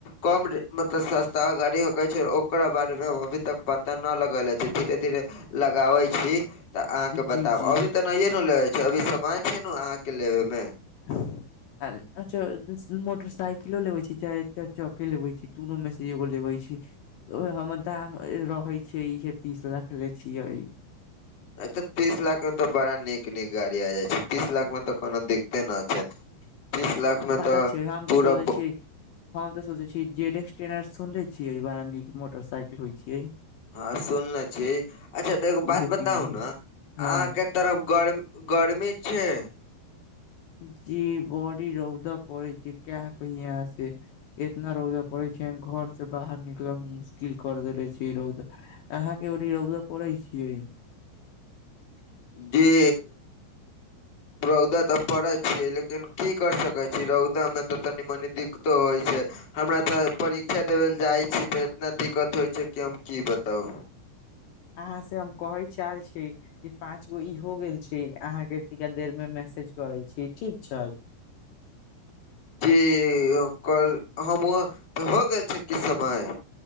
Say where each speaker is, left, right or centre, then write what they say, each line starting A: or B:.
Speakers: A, on the left; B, on the left.
A: कम मतलब सस्ता गाड़ी हकै छै ओकरा बारे मे हम अभी तक पता न लगले छी धीरे -धीरे। लगाबै छी। तऽ अहाँके
B: जी
A: बताब
B: जी
A: अभी तऽ नहिये ने लेबे छै अभी समय छै ने अहाँ के लेबे मे।
B: <unintelligible> अच्छा मोटरसाइकिलो लेवे छी चाहे चैर चके लेबे छी दुनू में से एगो लेवेैय छी। ओ हमर दाम रहे छिय इहे पीस रखले छियै।
A: अ ते तीस लाख में तऽ बड़ा नीक- नीक गाड़ी आ जाय छै तीस लाख में तऽ कोनो दिक्कते नै छै। तीस लाख मे
B: पता
A: तऽ
B: छै हम
A: पूरा
B: तऽ सोचै छि। हम तऽ सोचे छी जेड एक्स टेन आर सुनले छियै ई बड़ा नीक मोटरसाइकिल होय छियै।
A: हँ सुनले छी अच्छा तऽ एगो बात
B: उहे
A: बताउ
B: किने के
A: ने
B: हँ
A: आहाँ के। तरफ गर -गर्मी छै।
B: जी बड़ी रौदा पड़ै छै किये कहियै आहाँ से। इतना रौदा पड़ेै छै घर से बाहर निकल मे मुश्किल कर देेले छै ई रौद। आहाँ के ओनी रौदा परै छियै।
A: जी। रौदा तऽ पड़ै छियै लेकिन की करि सकै छी रौदामे तऽ तनी -मनी दिक्कतो होय छै। हमरा तऽ परीक्षा देबै जाइ छी तऽ इतना दिक्कत होइ छै कि हम की बताउ।
B: आहाँ से हम कहै चाहै छी। ई पाँच गो ई हो गेल छै आहाँ के एतिके देर में मैसेज करे छी ठीक छै।
A: क ओ कल हम उह त भ गेल छै किछ समय